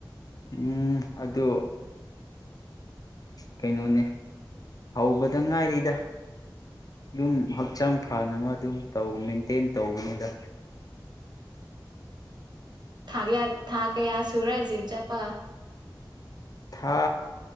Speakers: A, on the left; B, on the right.
A: ꯎꯝ ꯑꯗꯨ ꯀꯩꯅꯣꯅꯦ ꯍꯧꯕꯗ ꯉꯥꯏꯔꯤꯗ ꯑꯗꯨꯝ ꯍꯛꯆꯥꯡ ꯐꯥꯅꯕ ꯑꯗꯨꯝ ꯇꯧ ꯃꯦꯟꯇꯦꯟ ꯇꯧꯕꯅꯤꯗ
B: ꯊꯥꯒꯦ ꯊꯒꯦ ꯌꯥꯁ ꯊꯨꯔꯥꯏꯁꯤ ꯆꯄ
A: ꯊꯥ